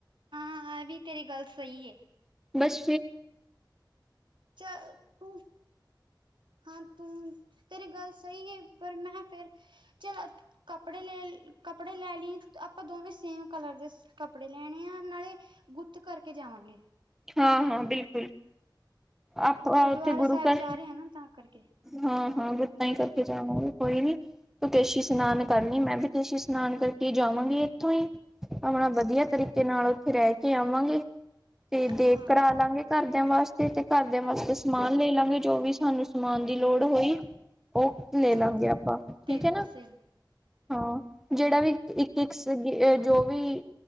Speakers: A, on the right; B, in the centre.
A: ਹਾਂ ਵੀ ਤੇਰੀ ਗੱਲ ਸਹੀ ਏ।
B: ਬਸ
A: ਚ ਤੂੰ ਹਾਂ, ਤੂੰ ਤੇਰੀ ਗੱਲ ਸਹੀ ਹੈ, ਪਰ ਮੈਂ ਫੇਰ ਚਲ ਕ ਕੱਪੜੇ ਲੈ ਕੱਪੜੇ ਲੈ ਲਈ ਆਪਾਂ ਦੋਵੇਂ ਸੇਮ ਕਲਰ ਦੇ ਕੱਪੜੇ ਲੈਣੇ ਆ, ਨਾਲੇ ਗੁੱਤ ਕਰਕੇ ਜਾਵਾਂਗੇ।
B: ਹਾਂ -ਹਾਂ, ਬਿਲਕੁਲ। ਆਪ ਉੱਥੇ
A: ਗੁਰਦੁਆਰਾ
B: ਗੁਰੂ
A: ਸਾਹਿਬ
B: ਘਰ,
A: ਜਾ ਰਹੇ ਆ ਨਾ ਤਾਂ ਕਰਕੇ
B: ਹਾਂ -ਹਾਂ। ਤਾਂਹੀ ਕਰਕੇ ਜਾਵਾਂਗੇ। ਕੋਈ ਨੀ, ਤੂੰ ਕੇਸ਼ੀ ਇਸ਼ਨਾਨ ਕਰਲੀ। ਮੈਂ ਵੀ ਕੇਸ਼ੀ ਇਸ਼ਨਾਨ ਕਰਕੇ ਜਾਵਾਂਗੀ। ਇੱਥੋਂ ਹੀ ਆਪਣਾ ਵਧੀਆ ਤਰੀਕੇ ਨਾਲ ਉੱਥੇ ਰਹਿ ਕੇ ਆਵਾਂਗੇ।
A: <unintelligible>
B: ਤੇ ਦੇਗ
A: ਹਾਂ
B: ਕਰਾ ਲਾਂਗੇ ਘਰਦਿਆਂ ਵਾਸਤੇ ਤੇ ਘਰਦਿਆਂ ਵਾਸਤੇ ਸਮਾਨ ਲੈ ਲਾਂਗੇ ਜੋ ਵੀ ਸਾਨੂੰ ਸਮਾਨ ਦੀ ਲੋੜ ਹੋਈ। ਉਹ ਲੈ
A: ਹਾਂ
B: ਲਾਂਗੇ ਆਪਾਂ, ਠੀਕ
A: ਤੇਰੀ
B: ਹੈ
A: ਗੱਲ
B: ਨਾ
A: ਸਹੀ
B: ਹਾਂ। ਜਿਹੜਾ ਵੀ ਇੱਕ -ਇੱਕ ਸੇਗਾ। ਜੋ ਵੀ